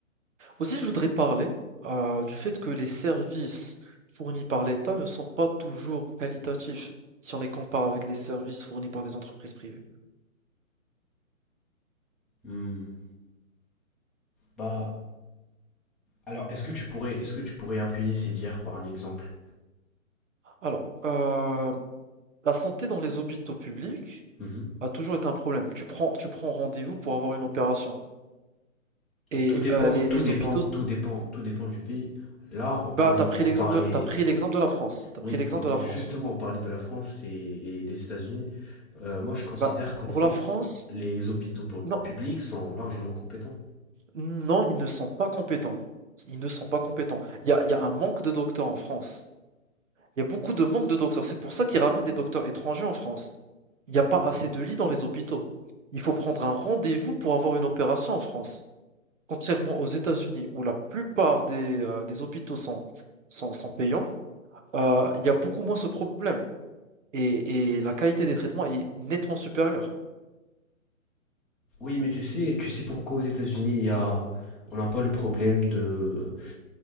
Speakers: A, on the right (about 60°); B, in the centre.
A: Aussi, je voudrais parler euh, du fait que les services fournis par l'État ne sont pas toujours qualitatifs si on les compare avec les services fournis par des entreprises privées.
B: Hmm. Bah, Alors, est-ce que tu pourrais, est-ce que tu pourrais appuyer ces dires par un exemple
A: Alors, euh, la santé dans les hôpitaux publics
B: Mhm.
A: a toujours été un problème. Tu prends, tu prends rendez-vous pour avoir une opération. Et
B: Tout dépend,
A: euh, les,
B: tout
A: les
B: dépend,
A: hôpitaux,
B: tout dépend, tout dépend du pays. Là, on
A: bah,
B: parlait,
A: t'as pris
B: on
A: l'exemple
B: parlait,
A: de, t'as pris l'exemple de la France. T'as pris
B: oui,
A: l'exemple
B: vo-
A: de
B: justement,
A: la France.
B: on parlait de la France et, et des États-Unis. Euh, moi, je considère
A: Bah,
B: qu'en
A: pour
B: France,
A: la France,
B: les hôpitaux pu-
A: non,
B: publics sont largement compétents.
A: non, ils ne sont pas compétents. Ils ne sont pas compétents. Il y a, il y a un manque de docteurs en France. Il y a beaucoup de manque de docteurs. C'est pour ça qu'ils ramènent des docteurs étrangers en France. Il n'y a pas assez de lits dans les hôpitaux. Il faut prendre un rendez-vous pour avoir une opération en France. Contrairement aux États-Unis, où la plupart des, euh, des hôpitaux sont, sont, sont payants, euh, il y a beaucoup moins ce problème. Et, et la qualité des traitements est nettement supérieure.
B: Oui, mais tu sais, tu sais pourquoi aux États-Unis, il y a, on n'a pas le problème de,